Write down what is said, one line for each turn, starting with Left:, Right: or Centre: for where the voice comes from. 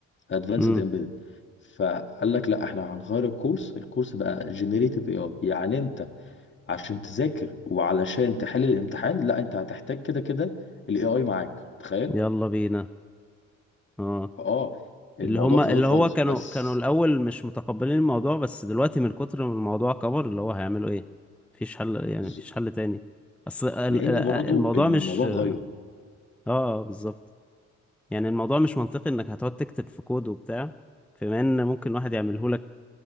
Left: ادفانسد
Centre: امم
Left: امبيدد فقال لك لا احنا هنغير الكورس الكورس بقى جنريتيف اي اي يعني انت عشان تذاكر وعلشان تحل الامتحان لا انت هتحتاج كده كده الاي اي معاك تخيل
Centre: يلا بينا اه
Left: فاه الموضوع
Centre: اللي هم
Left: اتغير
Centre: اللي
Left: خالص
Centre: هو كانوا
Left: بس
Centre: كانوا الأول مش متقبلين الموضوع بس دلوقتي من كتر ما الموضوع كبر اللي هو هيعملوا ايه مفيش حل يعني
Left: ز-
Centre: مفيش حل تاني اصل ال-
Left: لان
Centre: ال-
Left: برضو
Centre: الموضوع
Left: الموضوع
Centre: مش اه
Left: اتغير
Centre: آه، بالظبط يعني الموضوع مش منطقي انك هتقعد تكتب في كود وبتاع بما ان ممكن واحد يعمله لك